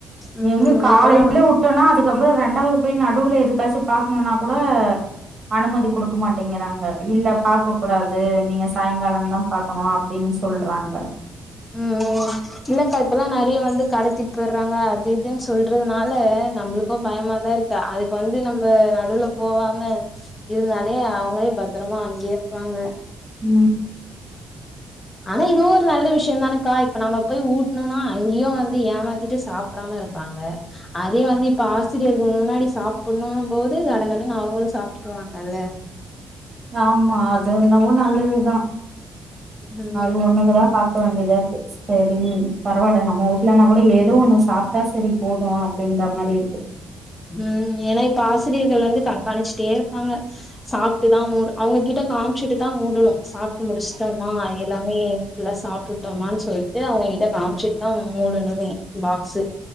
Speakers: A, on the left; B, on the right.
A: ம்
B: எங்க காலையில
A: இப்பல்லா வந்து
B: உட் விட்டோன்னா அதுக்கப்புறோ ரெண்டாவது போய் நடுவுல எதுக்காச்சும் பாக்கணுன்னா கூட அனுமதி குடுக்க மாட்டேங்கிறாங்க இல்ல
A: ஆ
B: பாக்கக்கூடாது நீங்க சாய்ங்காலம்தா பாக்கணு அப்டின்னு சொல்றாங்க
A: ம் இல்லக்கா இப்பல்லா நறைய வந்து கடத்திட்டு போயிட்றாங்க அது இதுன்னு சொல்றதுனால நம்பளுக்கும் பயமாதா இருக்கு அதுக்கு வந்து நம்ப நடுவுல போவாம இருந்தாலே அவங்களே பத்தரமா அங்கே இருப்பாங்க
B: ம்
A: ஆனா இதுவு ஒரு நல்ல விஷ்யோ தானக்கா இப்ப நம்ம போய் ஊட்ணுன்னா அங்கயும் வந்து ஏமாத்திட்டு சாப்டாம இருப்பாங்க அதே வந்து இப்ப ஆசிரியர்கள் முன்னாடி சாப்புட்ணும் போது கடகடனு அவங்களும் சாப்ட்ருவாங்கல்ல
B: ஆமா அது அது என்னவோ நல்லதுதா
A: ம்
B: அது ஒண்ணுக்குதா பாக்க வேண்டியதா சரிங்க பரவால்ல நம்ம ஊ்லனாக்கூட ஏதோ ஒன்னு சாப்ட்டா சரி போதும் அப்டிங்க மாரி இருக்கு
A: ம் ஏன்னா இப்ப ஆசிரியர்கள் வந்து கண்காணிச்சிட்டே இருப்பாங்க சாப்ட்டுதா மூட் அவங்ககிட்ட காமிச்சிட்டு தான் மூடுணும் சாப்ட்டு முடிச்சிட்டோமா எல்லாமே ஃபுல்லா சாப்ட்டுட்டோமான்னு சொல்லிட்டு அவங்ககிட்ட காம்ச்சிட்டு தா மூடணுமே பாக்ஸு